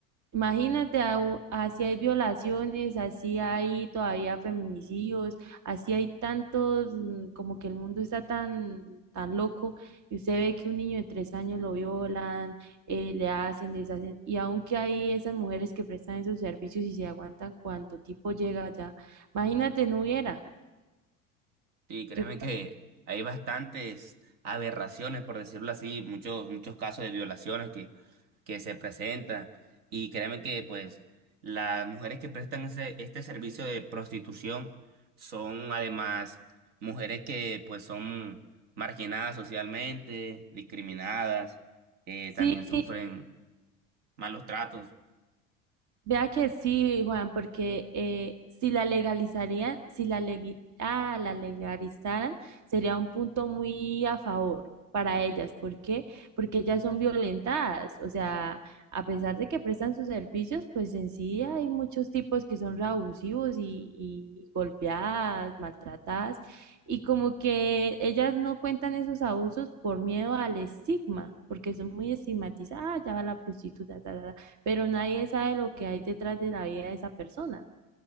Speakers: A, on the right; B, on the right.
A: Imagínate, au- así hay violaciones, así hay todavía feminicidios, así hay tantos, mm, como que el mundo está tan, tan loco y usted ve que un niño de tres años lo violan, eh, le hacen, les hacen, y aunque hay esas mujeres que prestan esos servicios y se aguantan cuánto tipo llega allá, imagínate, no hubiera.
B: Sí, créeme
A: Yo,
B: que hay bastantes aberraciones, por decirlo así, muchos, muchos casos de violaciones que, que se presentan. Y créeme que, pues, las mujeres que prestan ese, este servicio de prostitución son además mujeres que, pues, son marginadas socialmente, discriminadas, eh,
A: sí,
B: también sufren malos tratos.
A: Vea que sí, Juan, porque eh, si la legalizarían, si la, legui- ah, la legalizaran, sería un punto muy a favor para ellas. ¿Por qué? Porque ellas son violentadas. O sea, a pesar de que prestan sus servicios, pues en sí hay muchos tipos que son re abusivos y, y golpeadas, maltratadas. Y como que ellas no cuentan esos abusos por miedo al estigma, porque son muy estigmatizadas. Ah, ya va la prostituta, ta, ta, ta pero nadie sabe lo que hay detrás de la vida de esa persona.